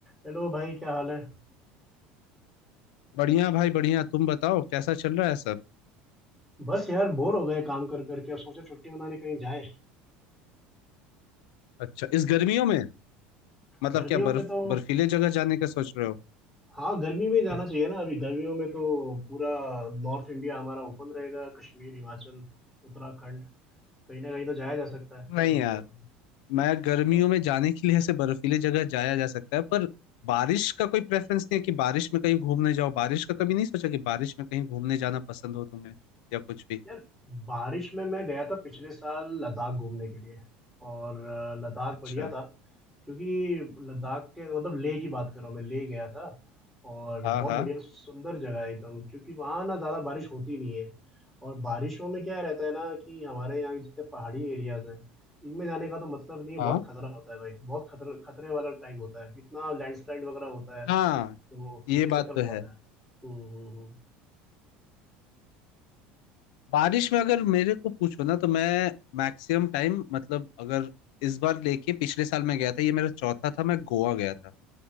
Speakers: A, in the centre; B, on the left.
A: Hello भाई क्या हाल है
B: बढ़िया भाई बढ़िया तुम बताओ कैसा चल रहा है सब
A: बस यार बोर हो गए काम कर करके अब सोचे छुट्टी मनाने कहीं जाएं
B: अच्छा इस गर्मियों में मतलब
A: गर्मियों
B: क्या बर्फ
A: में तो
B: बर्फीले जगह जाने का सोच रहे हो
A: हाँ गर्मी में ही जाना चाहिए ना अभी गर्मियों में तो पूरा नॉर्थ इंडिया हमारा ओपन रहेगा कश्मीर हिमाचल उत्तराखंड कहीं ना कहीं तो जाया जा सकता है क्या
B: नहीं
A: बोलते
B: यार
A: हो
B: मैं गर्मियों
A: क्यों
B: में जाने के लिए ऐसे बर्फीले जगह जाया जा सकता है पर बारिश का कोई प्रेफरेंस नहीं है कि बारिश में कहीं घूमने जाओ बारिश का कभी नहीं सोचा कि बारिश में कहीं घूमने जाना पसंद हो तुम्हें या कुछ भी
A: यार बारिश में मैं गया था पिछले साल लद्दाख घूमने के लिए और अ, लद्दाख
B: अच्छा
A: बढ़िया था क्योंकि लद्दाख के मतलब लेह की बात कर रहा हूँ मैं लेह गया था और
B: हाँ
A: बहुत
B: हाँ
A: बढ़िया सुंदर जगह है एकदम क्योंकि वहाँ ना ज़्यादा बारिश होती नहीं है और बारिशों में क्या रहता है ना कि हमारे यहाँ जितने पहाड़ी एरियाज हैं इनमें जाने का तो मतलब नहीं है
B: हाँ
A: बहुत खतरा होता है भाई बहुत खतरे खतरे वाला टाइम होता है इतना लैंडस्लाइड वगैरह होता है
B: हाँ
A: तो
B: ये
A: ये
B: बात
A: चक्कर
B: तो
A: बहुत
B: है
A: है हम्म हम्म हम्म।
B: बारिश में अगर मेरे को पूछो ना तो मैं मैक्सिमम टाइम मतलब अगर इस बार लेके पिछले साल मैं गया था ये मेरा चौथा था मैं गोवा गया था